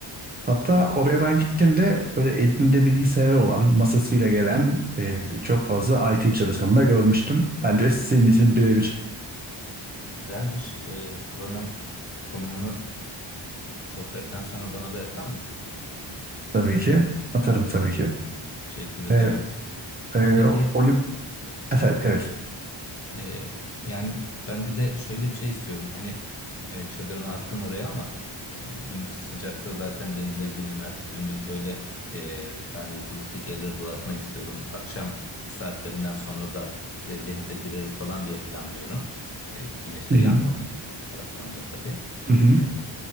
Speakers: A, on the right (about 25°); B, on the left (about 30°).
A: Hatta oraya ben gittiğimde böyle elinde bilgisayarı olan, masasıyla gelen e, çok fazla IT çalışanı da görmüştüm. Ben de sizin için birebir
B: Güzelmiş. Ee, Buranın konumunu sohbetten sonra bana bir atar mısın?
A: tabii ki atarım tabii ki.
B: Teşekkür ederim.
A: E, e,
B: Peki
A: Olim, evet, evet.
B: Ee, yani ben bir de şöyle bir şey istiyorum. Hani e, çadırımı attım oraya ama e, gündüz sıcakta zaten denize girilmez. Gündüz böyle e, tarihi turistik yerleri dolaşmak istiyorum. Akşam saatlerinden sonra da e, denize girerim falan diye planlıyorum. E, güneşte
A: Hı hı,
B: yanmamak için bir taraftan da tabii.
A: hı hı.
B: E,